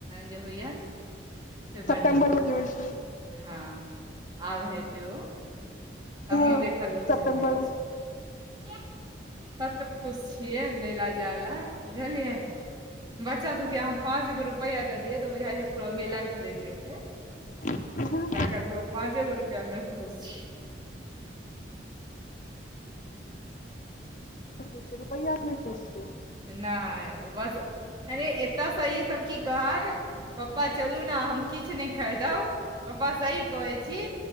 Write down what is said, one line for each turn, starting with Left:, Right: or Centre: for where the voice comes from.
Right: जे होइया से
Left: सेप्टेम्बर
Right: बड़ नीक लागै
Left: मे जे होइ छै
Right: हँ आब है त ओ हमहू
Left: हँ
Right: देखाै न
Left: सेप्टेम्बर
Right: चल जाइ
Left: मे
Right: छै तत खुश छियै मेला जाला बुझलियै बच्चासभके अहाँ पाँच गो रुपैआ दऽ दियै तऽ बुझाइ छै पूरा मेला खरीद लेतै
Left: <unintelligible>
Right: तऽ पाँचेगो रुपैयामे खुश छै
Left: रुपैआ स नहि खुस छै
Right: नहि बस अ एतै स ई सब की कहत पप्पा चलू ने हम किछु नइ खरीदब पप्पा सही कहै छी